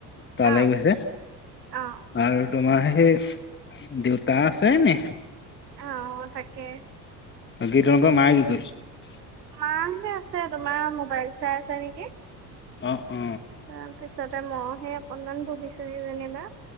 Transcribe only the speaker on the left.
তালৈ
গৈছে,
আৰু তোমাৰ সেই দেউতা আছে এনে।
আজি তোমালোকৰ মায়ে কি কৰিছে?
অ অ